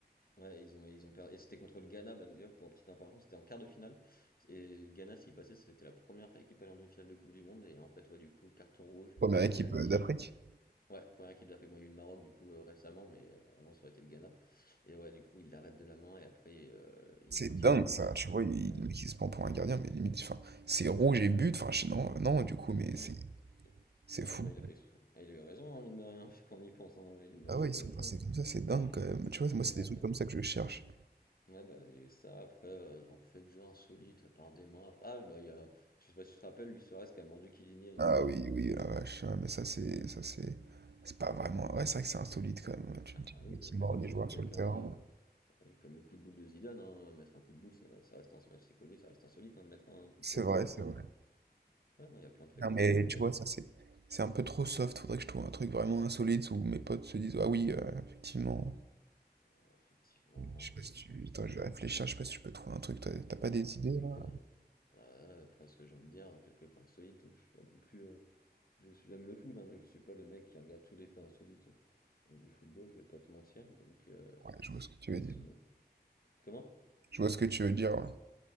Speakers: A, on the left; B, on the right.
A: Ouais, ils ont, ils ont perdu. Et c'était contre le Ghana, bah, d'ailleurs, pour petite information, c'était en quart de finale. Et le Ghana, s'il passait, c'était la première équipe à aller en demi-finale de Coupe du Monde. Et en fait, ouais, du coup, carton rouge,
B: Première équipe
A: penalty.
B: euh, d'Afrique.
A: Ouais, première équipe d'Afrique. Bon, il y a eu le Maroc, du coup, euh, récemment, mais euh, avant, ça aurait été le Ghana. Et ouais, du coup, ils l'arrêtent de la main et après, euh, ils
B: C'est
A: vont tirer
B: dingue,
A: au but
B: ça.
A: et
B: Tu
A: ils perdent.
B: vois, il,
A: Ouais.
B: le mec, il se prend pour un gardien, mais limite, enfin, c'est rouge et but. Enfin, je sais- non, non, du coup, mais
A: Mm.
B: c'est c'est
A: Ouais,
B: fou.
A: bah, il a fait exprès. Ah, il a eu raison, hein, mine de rien, <laughs> quand on y pense. hein. Ouais, il a eu de la
B: Ah
A: chance
B: ouais, ils sont
A: avec
B: passés
A: lui. hein.
B: comme ça, c'est dingue quand même. Tu vois, moi,
A: Ouais,
B: c'est des trucs
A: et
B: comme
A: du
B: ça que je cherche.
A: Ouais, bah, et ça, après, heu, en fait, jeu insolite, à part des mains, après ah, bah, il y a je sais pas si tu te rappelles, Luis Suarez qui a mordu Chiellini à une
B: Ah
A: coupe du
B: oui,
A: monde?
B: oui, la vache, ah, mais ça c'est ça c'est c'est pas vraiment. Ouais, c'est vrai que c'est insolite quand même. Tu
A: Ah
B: te dis
A: oui,
B: mais qui
A: heu, quelqu'un
B: mord les
A: qui
B: joueurs
A: mord quelqu'un,
B: sur le terrain. moi.
A: heu, oui, comme le coup de boule de Zidane, hein, mettre un coup de boule, ça ça reste ins c'est connu, ça reste insolite, hein, de mettre un coup
B: C'est
A: de tête
B: vrai,
A: à un joueur
B: c'est
A: en
B: vrai.
A: plein match. Ouais, non, il y a plein de faits
B: Non
A: comme
B: mais
A: ça, après
B: tu vois,
A: il y a
B: ça
A: des
B: c'est c'est un peu trop soft. Faudrait que je trouve un truc vraiment insolite où mes potes se disent ah oui, euh, effectivement.
A: oh, effectivement,
B: Je sais pas
A: heu, dans
B: si tu.
A: la
B: Attends,
A: ah, tu
B: je vais réfléchir, je sais pas si je peux trouver un truc. T'as t'as pas
A: tu
B: des
A: me poses
B: idées
A: des
B: là?
A: cols Ouais, après ce que je viens de dire, quelques faits insolites, je suis pas non plus, heu, je suis j'aime le foot, hein, mais je suis pas le mec qui regarde tous les faits insolites, heu, du football, je vais pas te mentir, donc heu
B: Ouais, je vois ce que tu
A: Après,
B: veux
A: sinon.
B: dire.
A: Comment?
B: Je vois ce que tu veux dire, ouais.